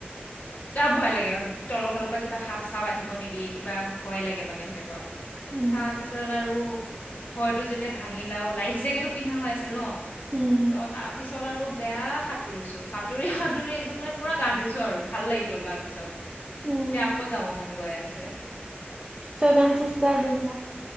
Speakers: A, on the left (about 45°); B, on the right (about 20°).
A: এ ভয় লাগে তলৰ ফালৰ পৰা কিবা সাপ চাপ আহিব নেকি কিবা ভয় লাগে মানে সেনেকুৱা
B: উম
A: তাৰ পিছত তাৰপিছত আৰু ভয়টো যেতিয়া ভাঙি লাওঁ লাইফ জেকেতটো পিন্ধা হৈ আছিল ন
B: উম
A: অ তাৰপিছত আৰু বেয়া সাঁতুৰিছোঁ সাঁতুৰি সাঁতুৰি একদম মানে পুৰা গা ধুইছোঁ আৰু ভাল লাগি গ'ল তাৰপিছত
B: উম
A: এতিয়া আকৌ যাব মন গৈ আছে
B: চেভেন চিষ্টাৰ <unintelligible>